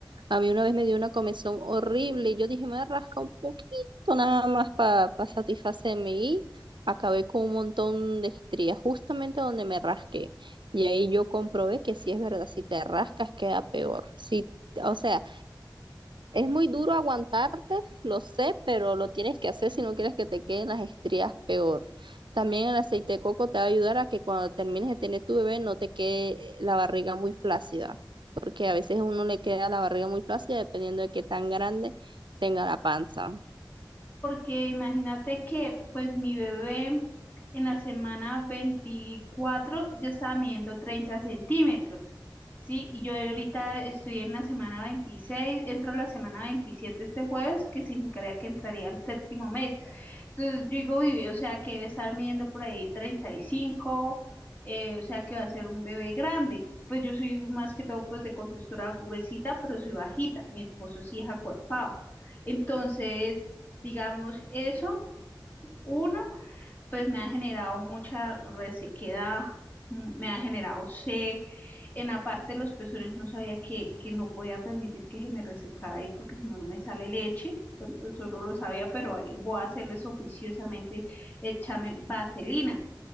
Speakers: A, on the right; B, on the left.
A: A mí una vez me dio una comezón horrible y yo dije, me voy a rascar un poquito nada más para satisfacerme y acabé con un montón de estrías justamente donde me rasqué. Y ahí yo comprobé que si es verdad, si te rascas queda peor. Si, o sea, es muy duro aguantarte, lo sé, pero lo tienes que hacer si no quieres que te queden las estrías peor. También el aceite de coco te va a ayudar a que cuando termines de tener tu bebé no te quede eh, la barriga muy flácida, porque a veces a uno le queda la barriga muy flácida dependiendo de qué tan grande tenga la panza.
B: porque imagínate que pues mi bebé en la semana 24 ya estaba midiendo 30 centímetros, ¿sí? Y yo ahorita estoy en la semana 26, entro a la semana 27 este jueves, que significaría que entraría al séptimo mes. Entonces yo digo, vive, o sea que debe estar midiendo por ahí 35, eh, o sea que va a ser un bebé grande. Pues yo soy más que todo pues de contextura gruesita, pero soy bajita. Mi esposo sí es acuerpado. Entonces, digamos eso, uno pues me ha generado mucha resequedad, mm, me ha generado sed. En la parte de los pezones no sabía que, que no podía permitir que se me resecara ahí porque si no, no me sale leche. Sol- Solo lo sabía, pero ahí voy a hacerles oficiosamente, échame vaselina.